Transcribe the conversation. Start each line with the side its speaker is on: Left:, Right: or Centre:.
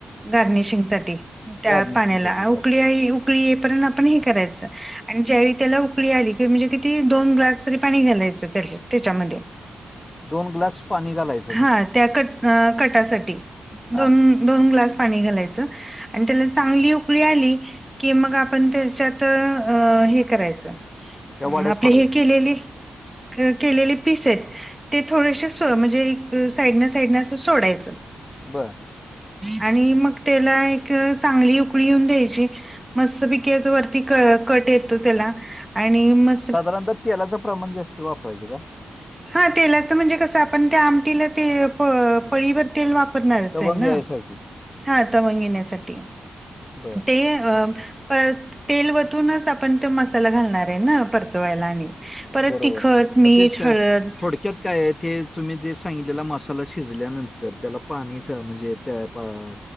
Right: गार्निशिंग साठी. त्या
Left: गार्निशिंगसाठी
Right: पाण्याला उकळी
Left: बर
Right: उकळी येई पर्यंत आपण हे करायचं. आणि ज्यावेळी त्याला उकळी आली किवा म्हणजे किती दोन ग्लास तरी पाणी घालायचं त्या त्याच्यामध्ये.
Left: दोन ग्लास पाणी घालायच.
Right: हा त्या कट कटासाठी
Left: हा
Right: दोन दोन ग्लास पाणी घालायचं. आणि त्याला चांगली उकळी आली की मग आपण त्याच्यात हे करायचं.
Left: त्या
Right: अ
Left: वाड्या
Right: आपले
Left: सोडायच्या
Right: हे केलेले. केलेले पीस आहेत ते थोडेसे म्हणजे. साईड ना साईडने असं सोडायचं.
Left: बरं.
Right: आणि मग त्याला एक चांगली उकळी येऊन द्यायची. मस्त पैकी वरती क कट येतो त्याला आणि म.
Left: साधारणत तेलाचं प्रमाण जास्त वापरायचं का?
Right: हा तेलाचं म्हणजे कसं आपण त्या आमटीला ते. पळीवर तेल वापरणारच
Left: तवंग
Right: आहे ना
Left: यायसाठी
Right: हा तवंगेण्यासाठी.
Left: बर
Right: ते अ. प तेल वतूनच आपण त मसाला घालणार आहे ना परतवायला आणि. परत
Left: बरोबर
Right: तिखट
Left: मग
Right: मीठ
Left: ते श
Right: हळद.
Left: थोडक्यात काय आहे ते तुम्ही जे सांगितलेला मा. त्याला शिजल्यानंतर त्याला पाणी म्हणजे त्या